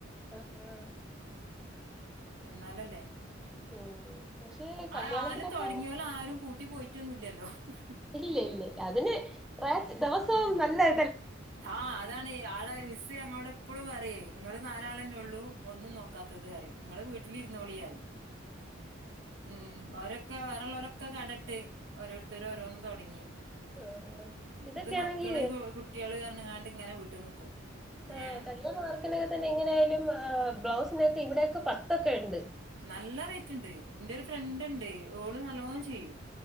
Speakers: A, in the centre; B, on the right (about 70°).
A: ആ ആ
B: എന്നാലല്ലേ
A: ഉം പക്ഷെ
B: ആ
A: കല്യാണത്തിനൊക്കെ
B: ആരും തൊടങ്യോല് ആരും പൂട്ടി പോയിട്ടൊന്നും ഇല്ലല്ലോ ഹ് ഹ്
A: ഇല്ല ഇല്ല ഇല്ല അതിന് ഏ ദെവസവും നല്ലെ
B: ആഹ് അതാണ് ആടെ മിസ് ഞങ്ങളോട് എപ്പോഴും പറയേ ഇങ്ങള് നാലാളെന്നെ ള്ളൂ ഒന്നും നോ <unintelligible> കാത്തത് അറിയൂ ഇങ്ങള് വീട്ടിലിരുന്നോളി അറിയും മ് ഒരൊ ക്കെ വേറെലൊരോക്കെ കടയിട്ട് ഓരോരുത്തര് ഓരോന്ന് തൊടങ്ങി.
A: ആഹ്
B: അമ്മള്ത്
A: ഇതൊക്കെയാണെങ്കി
B: മക്കള് ത് കുട്ടികള് പറഞ്ഞു ങ്ങാണ്ട് ഇങ്ങനെ വീട്ട് നിക്കും.
A: ആ
B: ഏ
A: കല്യാണ വർക്കിനൊക്കെ തന്നെ എങ്ങനെയാലും ബ്ലൗസിനോക്കെ ഇവിടെക്കെ പത്തൊക്കെ യുണ്ട്.
B: നല്ല റേറ്റ്ണ്ട് ന്റെ ഒരു ഫ്രണ്ട് ണ്ട് ഓള് നല്ലോം ചെയ്യും.